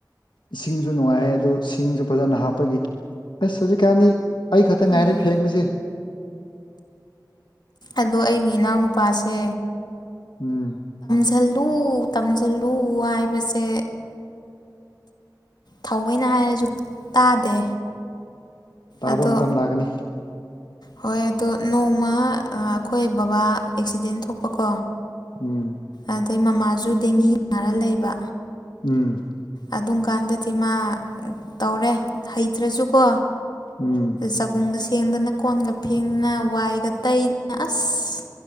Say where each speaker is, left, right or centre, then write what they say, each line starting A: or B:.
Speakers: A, on the left; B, on the left.
A: ꯏꯁꯤꯡꯁꯨ ꯅꯨꯡꯉꯥꯏ ꯑꯗꯨ ꯁꯤꯡꯁꯨ ꯐꯖꯅ ꯍꯥꯞꯄꯒꯤ ꯑꯁ ꯍꯧꯖꯤꯛꯀꯥꯟꯗꯤ ꯑꯩ ꯈꯛꯇ ꯉꯥꯏꯔꯦ
B: ꯎꯝ
A: ꯐꯦꯡꯕꯁꯦ
B: ꯑꯗꯣ ꯑꯩꯒꯤ ꯏꯅꯥꯎꯅꯨꯄꯥꯁꯦ
A: ꯎꯝ
B: ꯇꯧꯖꯜꯂꯨ ꯇꯝꯁꯤꯜꯂꯨ ꯍꯥꯏꯕꯁꯦ ꯊꯥꯑꯣꯏꯅ ꯍꯥꯏꯔꯁꯨ ꯇꯥꯗꯦ
A: ꯇꯥꯕ
B: ꯑꯗꯣ
A: ꯃꯇꯝ ꯂꯥꯛꯀꯥꯅꯤ
B: ꯍꯣꯏ ꯑꯗꯣ ꯅꯣꯡꯃ ꯑꯩꯈꯣꯏ ꯕꯕꯥ ꯑꯦꯛꯁꯤꯗꯦꯟ ꯊꯣꯛꯄꯀꯣ
A: ꯎꯝ
B: ꯑꯗꯩ ꯃꯃꯥꯖꯨ ꯗꯦꯡꯒꯤ ꯅꯥꯔ ꯂꯩꯕ
A: ꯎꯝ
B: ꯑꯗꯨꯝꯀꯥꯟꯗꯗꯤ ꯃꯥ ꯇꯧꯔꯦ ꯍꯩꯇ꯭ꯔꯥꯁꯨꯀꯣ
A: ꯎꯝ
B: ꯆꯒꯨꯝꯁꯦꯡꯗꯅ ꯀꯣꯟꯒ ꯐꯦꯡꯗꯅ ꯋꯥꯏꯒ ꯇꯩꯗꯅ ꯑꯁ